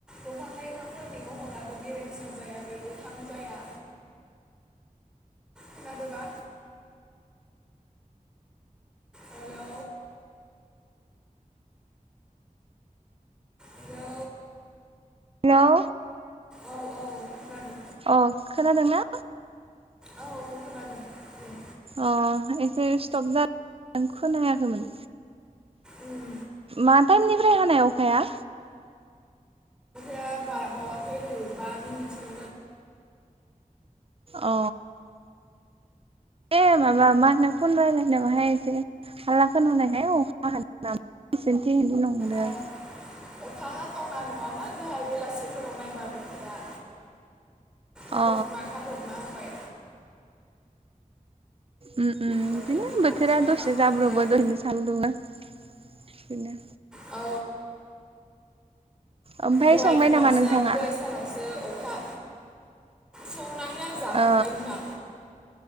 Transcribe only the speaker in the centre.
दंफां लाइफांफोरनि महराबो गेरेमसा जाया आरो गोथां जाया। खोनादोंबा? हेलौ। Hello
औ औ खोनादों
औ औ खोनादों। ओम
ओम
खाया बा-बावाखै नै बामिनिट सोल'
औ अखा हाथावना नङामोन दहाय बेलासिफोराव नायबा बोथोरा। अखसमाथ
हाब्रबना होबाय।
बोथोरनि
फावथिना
मा बुंनो
आरो
औ।
दहाय
फुङावसो
आरो दहाय सानावसो अखा संनानै आं जाखांबायमोन
दा।